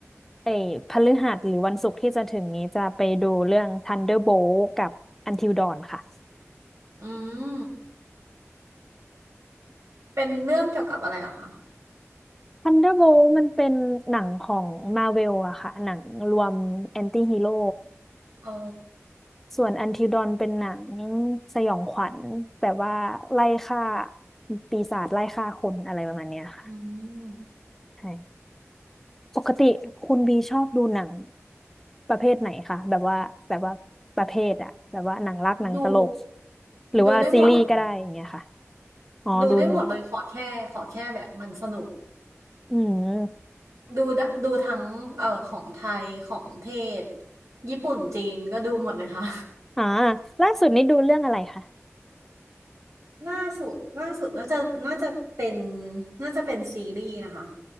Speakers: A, in the centre; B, on the right (about 85°).
A: เอ้ยพฤหัสหรือวันศุกร์ที่จะถึงนี้จะไปดูเรื่อง Thunderbolt กับ Until Dawn ค่ะ
B: อืม เป็นเรื่องเกี่ยวกับอะไรอะคะ
A: Thunderbolt มันเป็นหนังของ Marvel อะค่ะหนังรวมแอนตี้ฮีโร่
B: อ๋อ
A: ส่วน Until Dawn เป็นหนังสยองขวัญแบบว่าไล่ฆ่าปีศาจไล่ฆ่าคนอะไรประมาณเนี้ยค่ะ
B: อืม
A: ใช่ ปกติคุณบีชอบดูหนังประเภทไหนคะแบบว่าแบบว่าประเภทอะแบบว่าหนังรักหนังตลก
B: ดู
A: หรือว่าซีรีส์ก็ได้อย่างเงี้ยค่ะ
B: ดูได้หมดเลยค่ะ
A: อ๋อดูหมด
B: ดูได้หมดเลยขอแค่ขอแค่แบบมันสนุก
A: อืม
B: ดูได้ดูทั้งเอ่อของไทยของเทศ ญี่ปุ่น จีน ก็ดูหมดเลยค่ะ
A: อ่าล่าสุดนี้ดูเรื่องอะไรคะ
B: <laughs> ล่าสุดล่าสุดน่าจะน่าจะเป็นน่าจะเป็นซีรีส์นะคะ